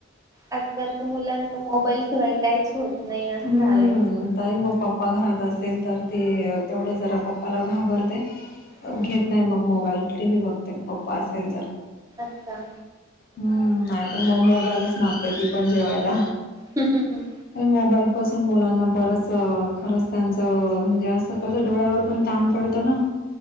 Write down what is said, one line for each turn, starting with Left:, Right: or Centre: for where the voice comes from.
Right: आजकालच्या मुलांचं मोबाईल शिवाय काहीच होत नाही. असं
Left: हम्म
Right: झालंय
Left: तरी मग पप्पा घरात असतात. असेल तर ती तेवढं जरा पप्पाला घाबरते.
Right: हम्म.
Left: घेत नाही मग मोबाईल. टी व्ही बघते. पप्पा असेल तर
Right: अच्छा.
Left: हम्म नाहीतर मग मोबाईलच मागतेय ती पण जेवायला.
Right: हम्म, हम्म, हम्म.
Left: मोबाईल पासून मुलांना बरच खरंच त्यांचं म्हणजे असं कस डोळ्यावर पण ताण पडतं ना.